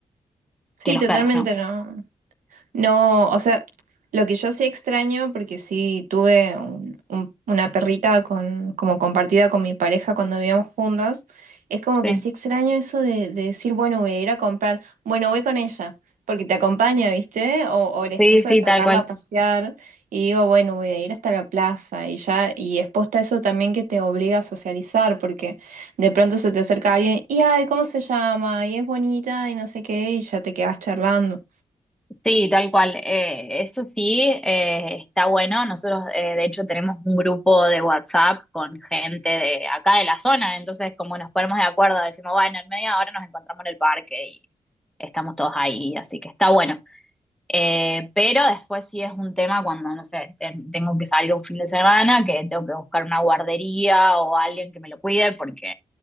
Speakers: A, on the right; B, in the centre.
A: Sí,
B: que los
A: totalmente
B: perros, ¿no?
A: no. No, o sea, lo que yo sí extraño, porque sí tuve un- un- una perrita con, como compartida con mi pareja cuando vivíamos juntos, es como
B: Sí.
A: que sí extraño eso de, de decir, bueno, voy a ir a comprar, bueno, voy con ella, porque te acompaña, ¿viste? O, o la
B: Sí,
A: excusa
B: sí,
A: de sacarla
B: tal cual.
A: a pasear y digo, bueno, voy a ir hasta la plaza y ya, y exposta a eso también que te obliga a socializar, porque de pronto se te acerca alguien y, ay, ¿cómo se llama? Y es bonita y no sé qué, y ya te quedas charlando.
B: Sí, tal cual. Eh, eso sí, eh, está bueno. Nosotros, eh, de hecho, tenemos un grupo de WhatsApp con gente de acá de la zona. Entonces, como nos ponemos de acuerdo, decimos, bueno, en media hora nos encontramos en el parque y estamos todos ahí. Así que está bueno. Eh, pero después sí es un tema cuando, no sé, ten- tengo que salir un fin de semana, que tengo que buscar una guardería o alguien que me lo cuide, porque